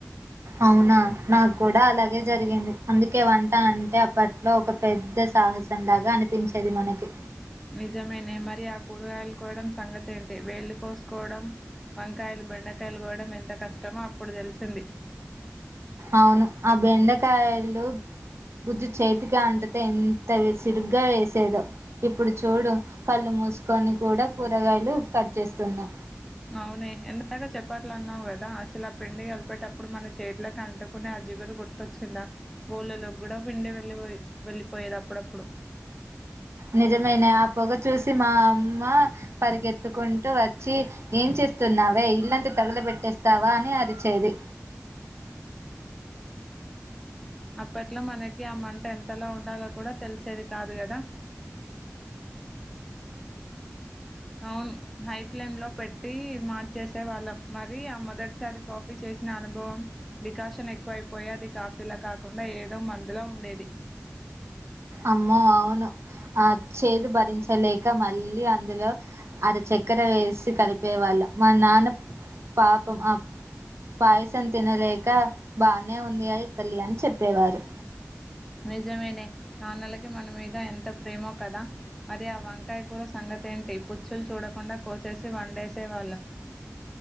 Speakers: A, on the right; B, in the centre.
A: అవునా నాకు కూడా అలాగే జరిగింది అందుకే వ అంటే అప్పట్లో ఒక పెద్ద యుద్ద సాహసం లాగా అనిపించేది మనకి
B: నిజమేనే మరి ఆ కూరుగాలుకోవడం సంగతి తెంటి వేళ్ళు కోసుకోవడం వంకాయలు బెండకాయలు కోయడం ఎంత కష్టమో అప్పుడు తెలిసింది
A: అవును ఆ బెండకాయలు బుజ్జు చేతికి అంటుతే ఎంత సిరుగ్గా వేసేదో ఇప్పుడు చూడు కళ్ళు మూసుకొని కూడా కూరగాయలు కట్ చేస్తున్నా
B: అవునే ఎంతాక చెప్పట్ల అన్నావు కదా అసలు ఆ పిండి కలిపేటప్పుడు మన చేతిలకి అంటుకుని ఆ జిగురు గుర్తొచ్చిందా గోళ్ళలోకి కూడా పిండి వెళ్ళపోయి వెళ్ళిపోయేది అప్పుడప్పుడు
A: నిజమైనే ఆ పొగ చూసి మా అమ్మ పరిగెత్తుకుంటూ వచ్చి ఏం చేస్తున్నావే ఇల్లంతా తగుల పెెట్టేస్తావా అని అరిచేది
B: అప్పట్లో మనకి ఆ మంట ఎంతలా ఉండాలో కూడా తెలిసేది కాదు కదా అవును హై ఫ్లేమ్ లో పెట్టి మార్చేసే వాళ్ళం మరి ఆ మొదటిసారి కాఫీ చేసిన అనుభవం ప్రికాషన్ ఎక్కువైపోయి అది కాఫీలా కాకుండా ఏదో మందులో ఉండేది
A: అమ్మో అవును ఆ చేదు భరించలేక మళ్ళీ అందులో అరచక్కెర వేసి కలిపేవాళ్ళ మా నాన్న పాపం పాయసం తినలేక బానే ఉంది అనీ తల్లి అని చెప్పేవారు
B: నిజమేనే నాన్నలకి మన మీద ఎంత ప్రేమో కదా మరి ఆ వంకాయ కూర సంగతి ఏంటి పుచ్చులు చూడకుండా కోసేసి వండేసేవాళ్ళం